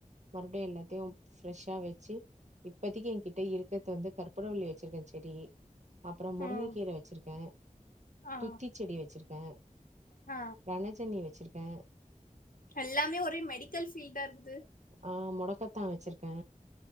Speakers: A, on the right (about 55°); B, on the left (about 85°).
A: மறுப்டியு எல்லாத்தியு ஃப்ரெஷ்ஷா வெச்சு இப்பதிக்கி என்கிட்ட இருக்குற்து வந்து கற்பூர வள்ளி வெச்சிருக்கே செடி அப்றோ முருங்கக்கீர
B: ம்
A: வெச்சுருக்கே
B: ஆ
A: துத்திச் செடி வெச்சுருக்கே
B: ஆ
A: ரனச்ஜன்னி வெச்சுருக்கே
B: எல்லாமே ஒரே மெடிக்கல் ஃபீல்டா இருக்குது
A: ஆ மொடக்கத்தா வெச்சுருக்கே